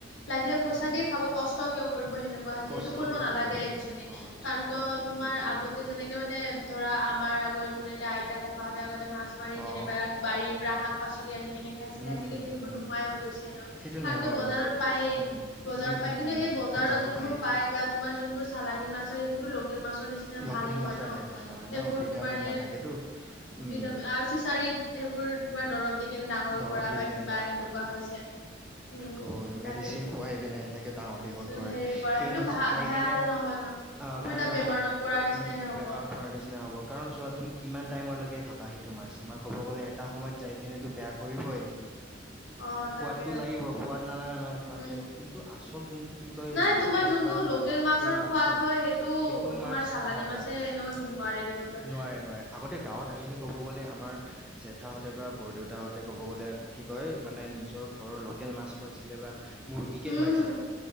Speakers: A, on the left; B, in the centre.
A: লাগিলে পইচা
B: উম
A: দিয়ে খাব, কষ্ট কিয় কৰিব। সেনেকুৱা হৈছে,
B: কষ্ট
A: সেইটো কৰিব
B: কিয়
A: নালাগে একচুৱেলি
B: তেনেকুৱা হৈছে
A: কাৰণ কিয়? তোমাৰ
B: সেইটোয়ে
A: আগতে যেনেকে মানে ধৰা আমাৰ আগৰ যেনেকে আইতা ককাহঁতে আগতে মাছ মাৰি
B: অ
A: কেনেবা
B: অ
A: বাৰীৰ পৰা শাক, পাচলি আনি কেনে খাইছিলে।
B: উম
A: আজিকালি
B: উম
A: সেইবোৰ
B: উম
A: নোহোৱাই
B: উম
A: হৈ গৈছে, হেনো
B: সেইটো
A: কাৰন
B: নোহোৱা
A: কিয়
B: হৈ
A: বজাৰত
B: গৈছে
A: পায়েই।
B: উম
A: বজাৰত
B: উম
A: পাই,
B: উম
A: কিন্তু
B: উম
A: সেই বজাৰত যোনবোৰ
B: পায়েই
A: পায় বা তোমাৰ যোনবোৰ চালানী মাছ হয় সেইবোৰতো লোক লোকেল মাছৰ নিচিনা
B: লোকেল
A: ভাল নহয়
B: মাছৰ
A: ন
B: নিচিনা নহয়
A: সেইবোৰ
B: ন ভিটামিন
A: তোমাৰ সেই
B: নাথাকেতো উম
A: ভিজাম আৰ ফিচাৰিত এইবোৰ তোমাৰ দৰব দি কেনে ডাঙৰ
B: দৰব
A: কৰা
B: দি
A: বা
B: কেনে
A: কিবা
B: ডাঙৰ
A: সেনেকুৱা
B: কৰে,
A: হৈছে উম
B: ক'ব গলে
A: তাকেতো
B: মেডিচিন খুৱাই কেনে সেনে ডাঙৰ দীঘল কৰে
A: হেৰি কৰা
B: সেই
A: সেইটো
B: মাছ
A: ভ
B: খাই
A: ভাল
B: কেনে
A: নহয় ন
B: অ ভাল
A: উল্টা
B: নহয়
A: বেমাৰত পৰা নিচিনাহে
B: উম
A: হ'ব
B: বেমাৰ পোৱাৰ নিচিনা হ'ব কাৰণ চোৱা তুমি কিমান টাইম লৈকে খাবা সেইটো মাছ, তোমাৰ ক'ব গ'লে এটা সময়ত যাই কেনেতো বেয়া কৰিবই সি।
A: <inaudible> তাকে
B: সোৱাদটো
A: তাকে
B: লাগিব, সোৱাদ নালাগা নহয়। সোৱাদ
A: উম
B: লাগিব, কিন্তু আচল যোনটো কি কয়
A: নাই তোমাৰ
B: লোকেল
A: যোনটো
B: বা
A: লোকেল
B: মাছ,
A: মাছৰ
B: সেই মাছ
A: সোৱাদ
B: নহ?
A: হয়
B: সেইটো
A: তোমাৰ
B: মাছ
A: চালানী
B: নাপায়।
A: মাছে এনেও নোৱাৰে দিবলৈ
B: নোৱাৰে, নোৱাৰে। আগতে, গাঁৱত আহিলে ক'ব গ'লে আমাৰ জেঠাহঁতে বা বৰদেউতাহঁত তে ক'ব গ'লে কি কয়, মানে নিজৰ ঘৰৰ লোকেল মাছ খুৱাইছিলে বা মুৰ্গীকে
A: উম
B: খুৱাইছিলে